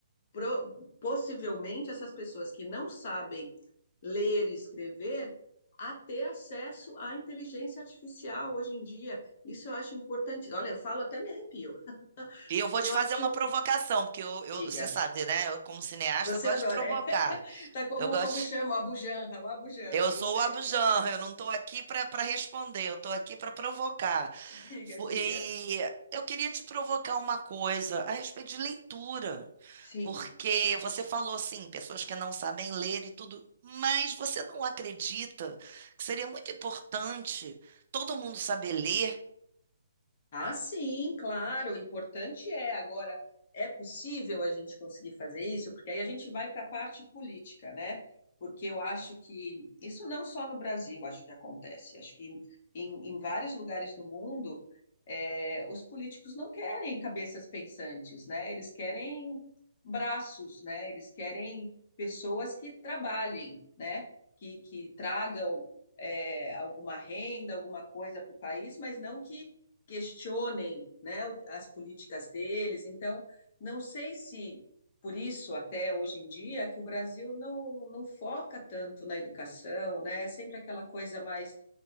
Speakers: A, on the left; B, on the right.
A: pro- possivelmente essas pessoas que não sabem ler e escrever a ter acesso à inteligência artificial hoje em dia. Isso eu acho importante. Olha, eu falo até me arrepio.
B: E eu vou te
A: <laughs>
B: fazer uma provocação, porque eu, eu-
A: Diga,
B: você sabe, né? Eu, como cineasta,
A: você
B: eu gosto
A: adora,
B: de provocar.
A: é? <laughs> Tá como
B: Eu gosto.
A: como chama o Abujanra, o Abujanra,
B: Eu sou
A: você.
B: o Abujamra, eu não estou aqui para para responder, eu estou aqui para provocar.
A: Diga,
B: Vo-
A: diga.
B: E eu queria te provocar uma coisa a respeito de leitura.
A: Sim.
B: Porque você falou assim, pessoas que não sabem ler e tudo, mas você não acredita que seria muito importante todo mundo saber ler?
A: Ah, sim, claro, o importante é agora, é possível a gente conseguir fazer isso, porque aí a gente vai para a parte política, né? Porque eu acho que isso não só no Brasil, acho que acontece, acho que em, em vários lugares do mundo, eh, os políticos não querem cabeças pensantes, né? Eles querem braços, né? Eles querem pessoas que trabalhem, né? Que, que tragam, eh, alguma renda, alguma coisa para o país, mas não que questionem né, as políticas deles. Então, não sei se por isso até hoje em dia que o Brasil não, não foca tanto na educação, né? É sempre aquela coisa mais